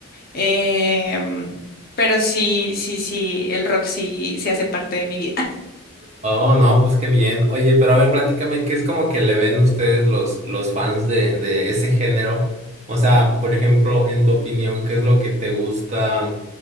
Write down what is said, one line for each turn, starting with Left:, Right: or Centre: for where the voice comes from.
Left: em, pero sí, sí, sí, el rock sí, sí hace parte de mi vida. <laughs>
Right: Oh, no, pues qué bien. Oye, pero a ver, platícame, ¿qué es como que le ven ustedes los, los fans de, de ese género? O sea, por ejemplo, en tu opinión, ¿qué es lo que te gusta